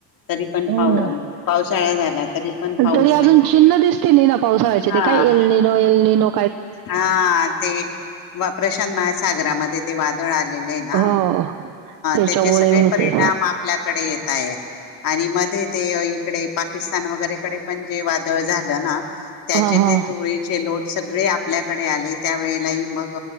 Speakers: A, on the left; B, on the right.
A: तरी पण
B: हो
A: पाऊ
B: ना
A: पावसाळा झाला. तरी पण पाऊस
B: तरी अजून
A: नाहीये
B: चिन्ह दिसते नाही ना पावसाळ्याचे,
A: हा
B: ते काय येल्लली नो येलली नो?
A: हा. ते प्रशांत महासागरामध्ये वादळ आले ना.
B: हो त्याच्यामुळे
A: त्याचे सगळे
B: होतंय
A: परिणाम आपल्याकडे येताय आणि मध्ये ते इकडे पाकिस्तान वगैरेकडे पण जे झालं ना. त्याचे
B: हा हा
A: ते धुळीचे लोट सगळे आप आपल्याकडे आले. त्यावेेळेलाही मग